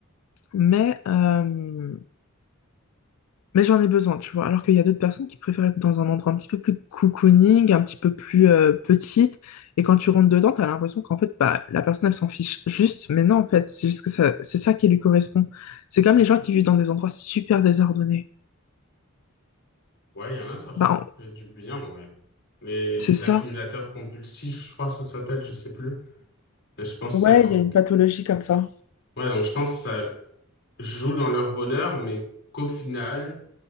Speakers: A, on the left; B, on the left.
A: Mais euh, mais j'en ai besoin, tu vois. Alors qu'il y a d'autres personnes qui préfèrent être dans un endroit un petit peu plus cocooning, un petit peu plus euh, petite. Et quand tu rentres dedans, t'as l'impression qu'en fait, bah, la personne, elle s'en fiche juste. Mais non, en fait, c'est juste que ça, c'est ça qui lui correspond. C'est comme les gens qui vivent dans des endroits super désordonnés.
B: Ouais, il y en a, ça
A: Bah, on-
B: fait du bien, en vrai. Les
A: c'est ça.
B: accumulateurs compulsifs, je crois que ça s'appelle, je sais plus. Mais je pense
A: Ouais,
B: que ça... co-
A: il y a une pathologie comme ça.
B: Ouais, donc je pense que ça joue dans leur bonheur, mais qu'au final,